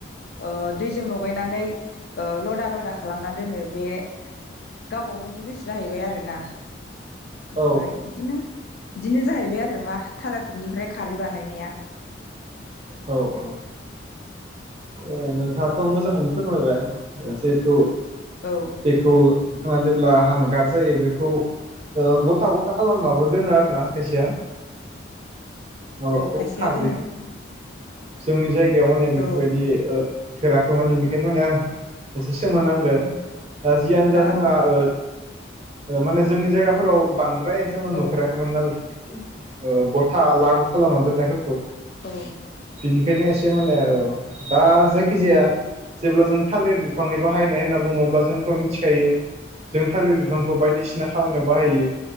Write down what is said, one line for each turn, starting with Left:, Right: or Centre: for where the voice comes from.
Left: ओ दैजों लगायनानै ओ लदा लदा खालामना दोनो बे गावबा गावनि गोसो जाहैबाय आरोना। ओमफाय
Right: औ
Left: इदिनो बिदिनो जाहैबाय आरो मा थालारनिफ्राय खारै बानायनाया।
Right: औ औ । ओ नोंथाङाथ' मोजां फोरमायबाय ओ जिहेथु
Left: औ
Right: बेखौ थाङा जेबोला हांगार जायो बेखौ ओ गथा गथा खालामनाबो दोनो आरो ना खायसेया। औ खौ
Left: खायसेया
Right: खारदैखौ।
Left: दोनो
Right: जोंनि जायगा याव माने बेफोरबायदि
Left: औ
Right: ओ फेरीखैमोन इनिखायनो माने आं एसे सोमोनांदो। दा जियानो
Left: हा
Right: जा जोंहा ओ माने जोंनि जायगाफोराव बां प्राय जोङो
Left: औ
Right: नुफेराखैमोन ना बे ओ गथा लारु खालामना दोननायफोरखौ
Left: औ
Right: बिनिखायनो एसे माने ओ दा जायखिजाया जेब्ला जों थालिर बिफांनि बाहायनाय होनना बुङोब्ला जोंथ' मिथिखायो जों थालिर बिफांखौ बायदिसिना खामानियाव बाहायो।